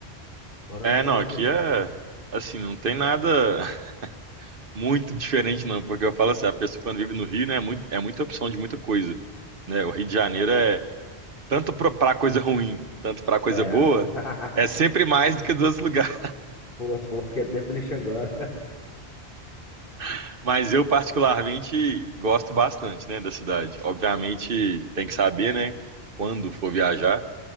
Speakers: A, on the left (about 55°); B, on the right (about 55°).
A: Agora
B: É,
A: eu não lembro
B: não, aqui
A: onde eu
B: é
A: fui.
B: assim, não tem nada. <laughs> Muito diferente, não, porque eu falo assim, a pessoa quando vive no Rio, né, é muito, é muita opção de muita coisa, né? O Rio de Janeiro é tanto para coisa ruim, tanto para coisa
A: É.
B: boa,
A: <laughs>
B: é sempre mais do que dos outros lugares.
A: Pô, tu falou, fiquei até triste agora.
B: <laughs> Mas eu particularmente
A: <laughs>
B: gosto bastante, né, da cidade. Obviamente tem que saber, né, quando for viajar,